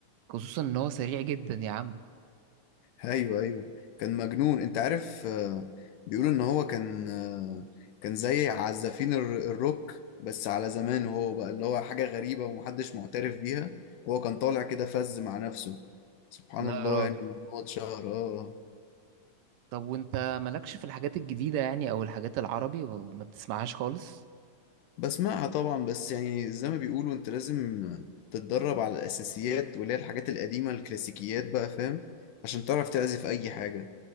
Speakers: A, on the right (about 80°); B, on the left (about 75°).
A: خصوصا ان هو سريع جدا يا عم
B: ايوه ايوه كان مجنون انت عارف آه، بيقولوا ان هو كان آه، كان زي عزافين الر- الروك بس على زمانه هو بقى اللي هو حاجة غريبة ومحدش معترف بيها هو كان طالع كده فز مع نفسه سبحان
A: لا
B: الله
A: يا راجل
B: يعني هو اتشهر اه آه.
A: طب وانت مالكش في الحاجات الجديدة يعني او الحاجات العربي وما بتسمعهاش خالص
B: بسمعها طبعا بس يعني زي ما بيقولوا انت لازم تتدرب على الاساسيات واللي هي الحاجات القديمة الكلاسيكيات بقى فاهم عشان تعرف تعزف اي حاجة